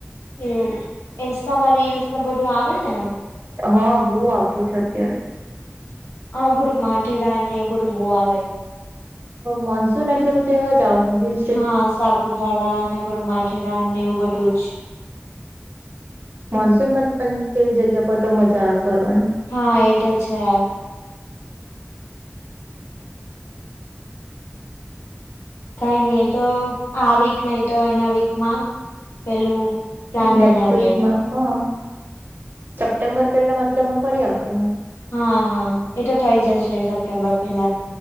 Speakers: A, on the left; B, on the right.
A: એવું ઇન્સ્ટામાં રીલ્સ ન બધું આવે ને
B: હા બહુ આવતું છે અત્યારે
A: હા બર માથેરાન‌ ને એવું બધું બૂર આવે
B: મોન્સૂન એટલે બધું એવા જ હ
A: હા સાપુતારા અને માથેરાન એવું બધું જ
B: મોન્સૂન માં પણ તેવી જગ્યા પર તો મજા આવે ફરવાની
A: હા એ તો છે કઈ નઈ એ તો આ વીક ને તો એના વીકમાં પેલું પ્લાન
B: નેક્સ્ટ
A: બનાવીએ
B: વીકમાં હા સપ્ટેમ્બર પહેલા મતલબમાં ફરી આવશું એમ
A: હા હા એતો થઇ જશે સપ્ટેમ્બર પેલા